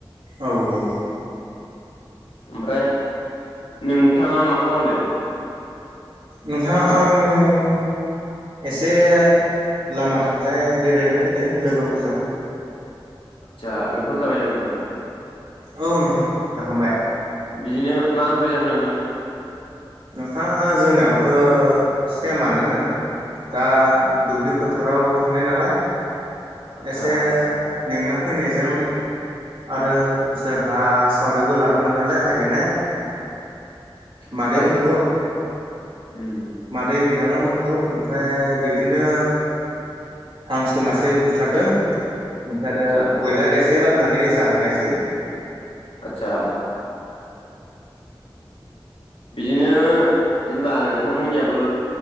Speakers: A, on the right (about 70°); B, on the left (about 80°).
A: औ औ।
B: ओमफ्राय नोंथाङा मा खालामदों?
A: नोंथां आं एसे लामाथिंजाय बेरायनो फैदों लोगोफोरजों।
B: आदसा ओंखाम जाबाय नामा नोंथाङा?
A: औ नोंथां जाखांबाय।
B: बिदिनो मा ओंख्रि जाखो नोंथां?
A: नोंथाङा जोंनियाबोथ' सेमानो। दा दुब्लि फोथाराव थांनाय नालाय
B: आदसा
A: एसे मेंना फैनायजों आरो जोंहा सावरिबो लादोंमोन नालाय रायलायनाय। मादैमोनखौ
B: आदसा आदसा उम
A: मादै बिनानावमोनखौ ओमफ्राय बिदिनो हांसो मासे मासे बुथारदों ओमफ्राय आरो
B: आदसा
A: ब्रयलार एसे लाबोनानै जाहोनायसै।
B: आतसा बिदिनो जेनेबा नोंथांमोननियाबो